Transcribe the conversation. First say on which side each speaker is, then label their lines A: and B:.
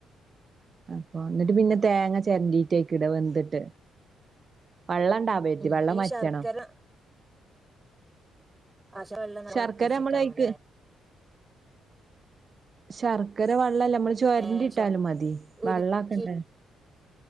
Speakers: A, on the right; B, on the right.
A: അതിപ്പോ എന്നിട്ട്
B: ഉം
A: പിന്നെ
B: ഉം
A: തേങ്ങ ചേരണ്ടി തെക്ക് ഇടാ വെന്തിട്ട് വള്ളം ഇണ്ട
B: ഉം
A: <unintelligible> വെള്ളം
B: ഈ
A: വറ്റണം
B: ശർക്കര <unintelligible> നല്ല
A: ശർക്കര
B: വറ്റിച്ചിട്ട്
A: നമ്മള്
B: ആവുല്ലേ
A: അയ്ക്ക് ശർക്കര വ <unintelligible> നമ്മൾ ചോരണ്ടി
B: ഏഹ്
A: ഇട്ടാലും
B: ശർ
A: മതി
B: ഉരുക്കി
A: വെള്ളക്കണ്ടേ